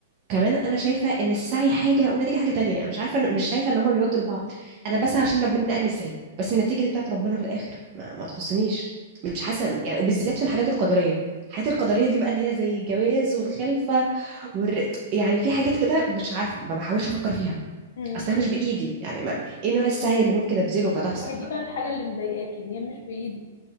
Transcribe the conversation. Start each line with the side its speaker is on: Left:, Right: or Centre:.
Right: كمان انا شايفه ان السعي حاجه والنتيجه حاجه تانية يعني مش عارفه إن- مش شايفه ان هما بيودوا لبعض انا بسعى عشان ربنا قال لي السعي بس النتيجه دي بتاعت ربنا في الاخر ما, ما تخصنيش مش حاسه يعني وبالذات في الحاجات القدريه الحاجات القدريه دي بقى اللي هي زي الجواز والخلفه والر... يعني في حاجات كده مش عارفه ما بحاولش افكر فيها
Left: مم.
Right: اصلها مش بايدي يعني ما... ايه نوع السعي اللي ممكن ابذله فتحصل
Left: ما هي دي بقى الحاجه اللي مضايقاكي ان هي مش بايدك